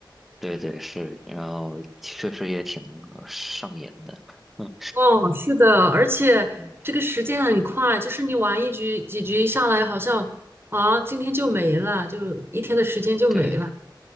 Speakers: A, in the centre; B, on the right (about 30°).
A: 对对，是，然后确实也挺呃上瘾的。嗯
B: 哦，是的，而且这个时间很快，
A: 嗯，
B: 就是你玩一局几局下来，好像啊，今天就没了，就一天的时间就没了。
A: 对